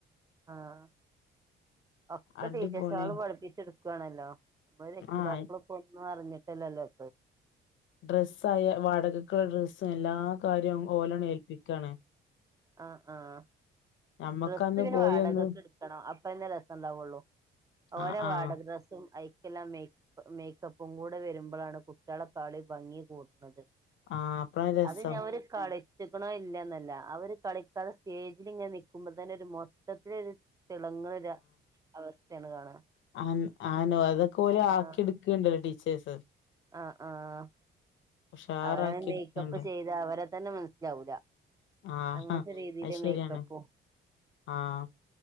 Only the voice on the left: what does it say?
അടിപൊളി
ആഹ്
ഡ്രസ്സായ വാടകക്ള്ള ഡ്രസ്സും എല്ലാ കാര്യങ്ങളും ഓലന്നെ ഏൽപ്പിക്കണ്.
നമ്മക്കന്ന്
പോയി
ഒന്ന്
ആഹ് ആഹ്
ആഹ് അപ്പളാ രസം
അം ആനോ അതൊക്കെഓല്
ആക്കിടുക്കുകണ്ടല്ലോ ടീച്ചേഴ്സ്
ഉഷാറാക്കി
എടുക്കണ്ട്
ആഹാ
അത് ശരിയാണ്
ആഹ്